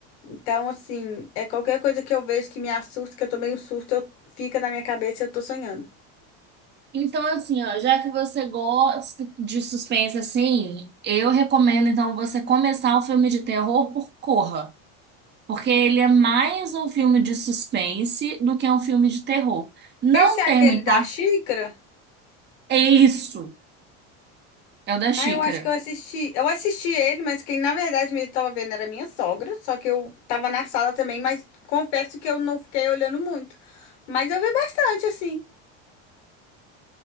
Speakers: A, on the left; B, on the right.
A: Então, assim, é qualquer coisa que eu vejo que me assusta, que eu tomei um susto, eu, fica na minha cabeça e eu tô sonhando.
B: Então, assim, ó, já que você gosta de suspense assim, eu recomendo então você começar um filme de terror por Corra. Porque ele é mais um filme de suspense do que um filme de terror. Não
A: Esse é
B: tem
A: aquele
B: muita.
A: da
B: ação.
A: xícara?
B: É isso. É o da
A: Ah,
B: xícara.
A: eu acho que eu assisti. Eu assisti ele, mas quem na verdade mesmo tava vendo era minha sogra, só que eu tava na sala também, mas confesso que eu não fiquei olhando muito. Mas eu vi bastante, assim.